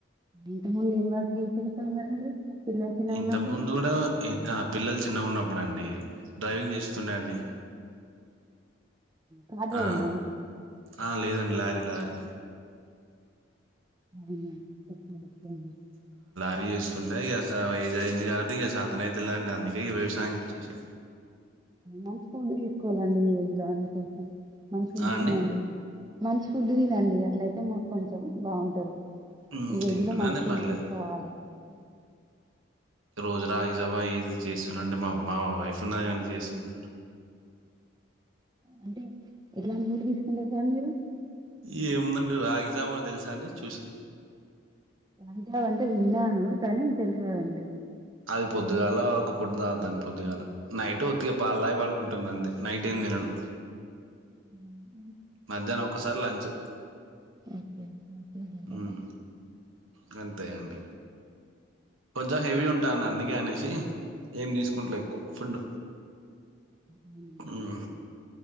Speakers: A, on the right; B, on the right.
A: ఇంతకముందు ఏ వర్క్ చేసిండు సార్ మరి మీరు? పిల్లలు చిన్నగా
B: ఇంతకుముందు
A: ఉన్నప్పుడు
B: కూడా ఇ ఆ పిల్లలు చిన్నగా ఉన్నప్పుడు అండి. డ్రైవింగ్ చేస్తుండే అండి
A: కార్ డ్రైవింగ్
B: ఆ
A: అవునండి
B: ఆ లేదండి లారీ లారీ
A: అవునండి ఓకే ఓకే అండి
B: వేయ్యేస్తుండ ఇక స ఏజ్ అయ్యంది కాబట్టి ఇక సాతనైతులె అండి. అందుకే ఈ వ్యవసాయంకి వచ్చేసిన
A: మంచి ఫుడ్ తీసుకోవాలండి ఈ ఏజ్ లో అన్ని కోసం మంచి ఫుడ్
B: ఆ అండి
A: తినండి. మంచి ఫుడ్ తినండి గట్ల అయితే మాకు కొంచెం బావుంటారు.
B: ఉమ్
A: ఈ
B: తింటున్నాను
A: ఏజ్లో మంచి ఫుడ్
B: పర్లేదు
A: తీసుకోవాలి.
B: రోజు రాగిజావా అయ చేస్తున్నాండి మా మా వైఫ్ ఉన్నది కాదండి చేస్తది లెండి
A: అంటే ఎట్లాంటి ఫుడ్ తీసుకుంటారు సార్ మీరు?
B: ఈ ఏముందండి రాగిజావా తెలుసా అండి చూసి
A: రాగి జావ అంటే విన్నాను కానీ తెల్దు కదండి
B: అది పొద్దుగాల ఒక పూట తాగుతాను. పొద్దుగాల నైట్ ఒత్తిగా పాల తాగి పడుకుంటన్న అంతే. నైట్ ఏం తినను.
A: కున్నానండి
B: మధ్యాహ్నం ఒక్కసారి లంచ్
A: ఓకే మంచిగా తింటారా?
B: హ్మ్ గంతే అండి కొంచెం హెవీ ఉంటాన్న అందుకే అనేసి ఏం తీసుకుంట్లే
A: ఆ
B: ఎక్కువ ఫుడ్
A: అవునండి
B: ఉమ్